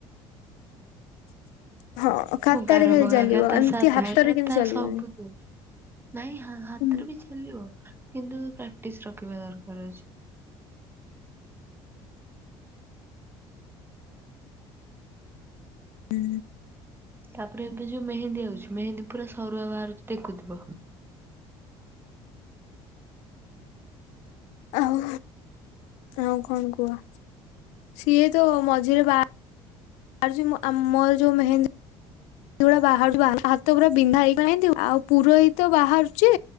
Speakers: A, on the left; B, on the right.
A: <inaudible> ହଁ ଖାତାରେ
B: ମୁଁ ଗାର
A: ଖାଲି
B: ପକା
A: ଚାଲିବ
B: ଖାତା
A: ଏମିତି
B: ସାଧା
A: ହାତରେ
B: ଖାତା
A: କିନ୍ତୁ ଚାଲିବନି।
B: ସବୁ ଥିରେ ନାଇଁ ହା-ହାତରେ
A: ହୁଁ
B: ବି ଚାଲିବ କିନ୍ତୁ ପ୍ରାକ୍ଟିସ ରଖିବା ଦରକାର ଅଛି।
A: ହୁଁ।
B: ତାପରେ ଏବେ ଯୋଉ ମେହେନ୍ଦୀ ଆଉଛି ମେହେନ୍ଦୀ ପୁରା ସରୁଆ ବାହରୁଛି ଦେକୁଥିବ।
A: ଆଉ ଆଉ କଣ କୁହ? ସିଏ ତ ମଝିରେ ବା ଆରୁଛି ମୁଁ ଆମର ଯୋଉ ମେହେନ୍ଦି ଗୁଡା ବାହାରୁଛି ବାହାରୁ ହାତ ପୁରା ବିନ୍ଧା ହେଇଗଲାଣି ଯେମିତି, ଆଉ ପୁରୋହିତ ବାହାରୁଛି